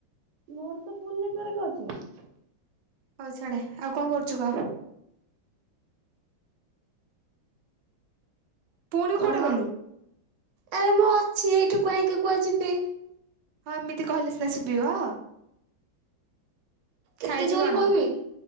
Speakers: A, on the right; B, on the right.
A: ମୋର ତ ଫୁଲ୍ ନେଟୱାର୍କ ଅଛି।
B: ହଉ ଛାଡ଼େ ଆଉ କଣ କରୁଛୁ କହ? ପୁଣି
A: ହଉ
B: କୁଆଡେ ଗଲୁ?
A: ଆ ଆରେ ମୁଁ ଅଛି ଏଇଠୁ କାହିଁକି କୁଆଡ଼େ ଯିବି।
B: ହଁ ଏମିତି କହିଲେ ସିନା ଶୁଭିବ।
A: କେତେ
B: ଖାଇଛୁ
A: ଜୋରେ
B: କଣ
A: କହିବି